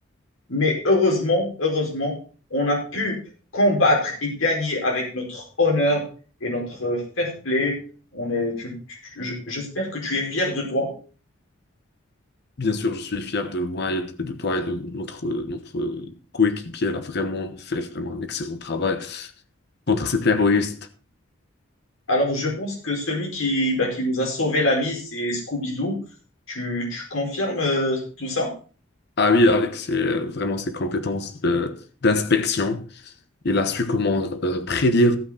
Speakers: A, on the left; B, on the left.
A: Mais heureusement, heureusement, on a pu combattre et gagner avec notre honneur et notre fair play. On est, tu- tu- je- j'espère que tu es fier de toi.
B: Bien sûr, je suis fier de moi et de de toi et de notre, euh, notre euh, coéquipier. Elle a vraiment fait vraiment un excellent travail contre ces terroristes.
A: Alors, je pense que celui qui, bah, qui nous a sauvé la mise, c'est Scooby-Doo. Tu, tu confirmes euh, tout ça?
B: Ah oui, avec ses, euh, vraiment ses compétences de- d'inspection. Il a su comment euh, prédire